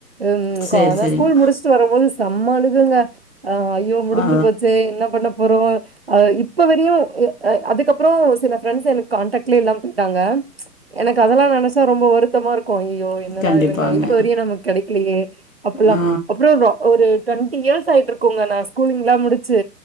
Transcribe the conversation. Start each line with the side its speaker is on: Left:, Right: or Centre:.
Right: ம்
Left: சேரி
Right: கா நா
Left: சேரிங்க
Right: ஸ்கூல் முடிச்சுட்டு வரும்போது செம்ம அழுகங்க ஆ ஐயோ முடிஞ்சு
Left: ஆ
Right: போச்சே என்ன பண்ண போறோ ஆ இப்ப வரையு ஆ அதுக்கப்பறோ சில ஃப்ரெண்ட்ஸ் எனக்கு கான்டக்ட்லேயே இல்லாம போயிட்டாங்க எனக்கு அதெல்லா நினைச்சா ரொம்ப வருத்தமா இருக்கு ஐயய்யோ என்னடா
Left: கண்டிப்பாங்க
Right: இவங்க இப்ப வரைக்கு நமக்கு கெடைக்கலையே அப்பல்லா
Left: ஆ
Right: அப்றோ ரோ ஒரு டொண்ட்டி இயர்ஸ் ஆயிட்ருக்குங்க நா ஸ்கூலிங்லா முடிச்சு